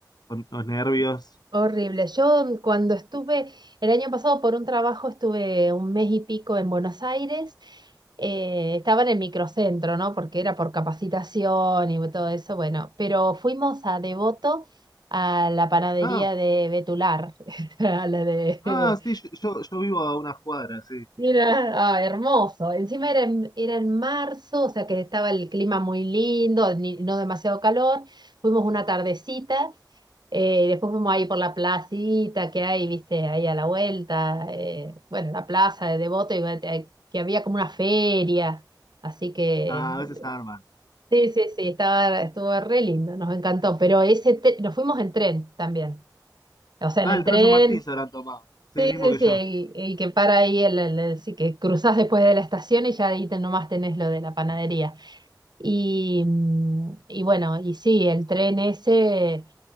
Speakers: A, on the left (about 65°); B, on the right (about 75°).
A: con los nervios.
B: horrible. Yo mm, cuando estuve, el año pasado por un trabajo estuve un mes y pico en Buenos Aires. eh, estaba en el microcentro, ¿no? Porque era por capacitación y todo eso, bueno, pero fuimos a Devoto, a la panadería
A: No,
B: de Betular, <laughs> a la de
A: Ah, sí, yo, yo, yo vivo a unas cuadras, sí.
B: Mira, ah, hermoso. Encima era en, era en marzo, o sea que estaba el clima muy lindo, ni- no demasiado calor. Fuimos una tardecita, eh, después fuimos ahí por la placita que hay, viste, ahí a la vuelta, eh, bueno, la plaza de Devoto, y, va- eh, que había como una feria. Así que
A: Ah, a veces arman.
B: sí, sí, sí, estaba, estuvo re lindo, nos encantó. Pero ese te- nos fuimos en tren también. O sea,
A: Ah,
B: en el
A: el tren
B: tren
A: San Martín se habrán tomado. Sí,
B: Sí,
A: el mismo
B: sí,
A: que
B: sí,
A: yo.
B: y, y que para ahí, el, el- el- sí, que cruzas después de la estación y ya ahí te- nomás tenés lo de la panadería. Y, mm, y bueno, y sí, el tren ese,